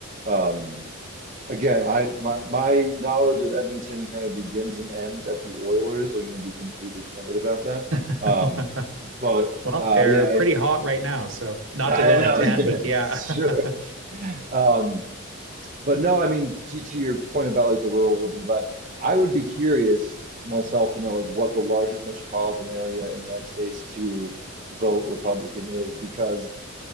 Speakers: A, on the right; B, on the right.
A: um, Again, I my my knowledge of Edmonton kind of begins and ends at the Oilers. I'm going to be completely candid about that.
B: <laughs>
A: Um, but
B: Well,
A: uh,
B: they're
A: yeah,
B: pretty hot right now, so not
A: I,
B: to go on
A: I know.
B: a tangent,
A: <laughs> Yeah,
B: yeah.
A: sure.
B: <laughs>
A: Um, but no, I mean to, to your point about like the rural urban divide, I would be curious myself to know like what the largest metropolitan area in the United States to vote Republican is because